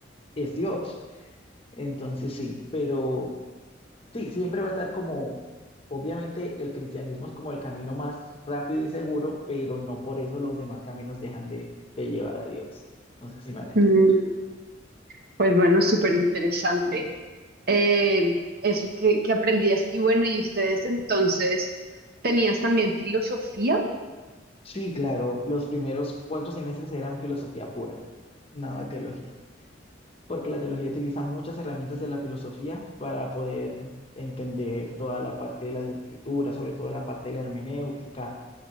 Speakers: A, on the left; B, on the right.
A: es Dios. Entonces sí, pero sí, siempre va a estar como, obviamente el cristianismo es como el camino más rápido y seguro, pero no por eso los demás caminos dejan de, de llevar a Dios. No sé si me van a entender.
B: Mm, Pues bueno, súper interesante. Eh, eso que, que aprendías. Y bueno, ¿y ustedes entonces tenías también filosofía?
A: Sí, claro, los primeros cuatro semestres eran filosofía pura, nada de teología, porque la teología utiliza muchas herramientas de la filosofía para poder entender toda la parte de las escrituras, sobre todo la parte de la hermenéutica